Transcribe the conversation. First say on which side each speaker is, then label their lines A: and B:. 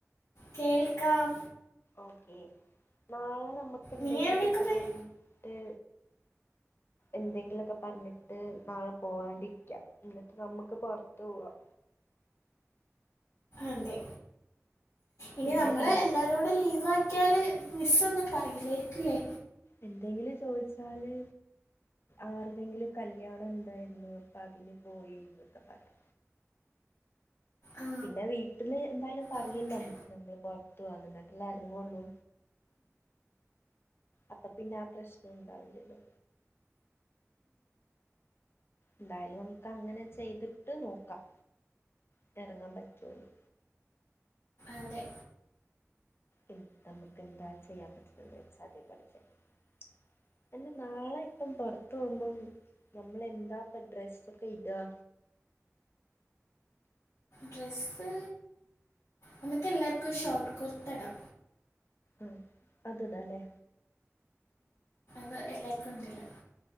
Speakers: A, on the left; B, on the left.
A: കേൾക്കാം
B: ഓക്കെ നാളെ ന മ്മക്ക് എന്തെങ്കിലോക്കെ
A: നീ എവിടെയൊക്കെ പോയി
B: പർഞ് ട്ട് എന്തെങ്കിലൊക്കെ പർഞ്ട്ട് നാളെ പോവാണ്ടിരിക്കാം എന്ന്ട്ട് നമ്മക്ക് പോർത്ത് പോവാം
A: അതെ ഇനി
B: പിന്നെ
A: നമ്മളെ
B: എന്തെ
A: എല്ലാരോടും ലീവാണ് ക്കാല് മിസ്സൊന്നും പറയില്ലായിരിക്ല്ലേ
B: എന്തെങ്കിലും ചോയ്ച്ചാല് ആര്തെങ്കിലും കല്ല്യാണണ്ടേയ്ര്ന്നു അപ്പ തിന് പോയിന്നൊക്കെ പറ്യാ.
A: ആ
B: പിന്നെ വീട്ടില് എന്തായാലും പറയല്ലോ
A: ഓക്കെ
B: നമ്മള് പൊർത്ത് പോവാന്ന് ന്ന്ട്ടല്ലെർങ്ങൊള്ളൂ. അപ്പൊ പിന്നെ ആ പ്രശ്നണ്ടാവില്ലല്ലോ എന്തായാലും നമക്കങ്ങനെ ചെയ്തിട്ട് നോക്കാം. ഇതെർങ്ങാം പറ്റൊ <unintelligible>
A: അതെ
B: ഉം നമക്കെന്താ ചെയ്യാം പറ്റുന്നന്ന് വെച്ചാ അതേ പോലെ <unintelligible> അല്ല നാളെ പ്പം പൊർത്തോവുമ്പം നമ്മളെന്താ പ്പ ഡ്രസൊക്കെ ഇടാ.
A: ഡ്രസ്സ് നമക്കെല്ലാർക്കും ഷോർട്ട് കുർത്തടാ.
B: ആഹ് അത്ടാലേ.
A: വ എല്ലാർക്കുണ്ടല്ലോ